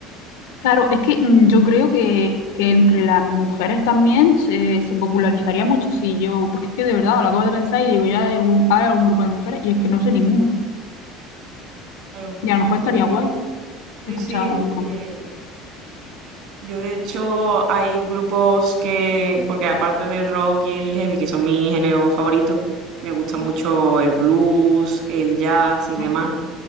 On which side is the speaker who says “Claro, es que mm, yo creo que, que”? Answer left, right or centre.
Left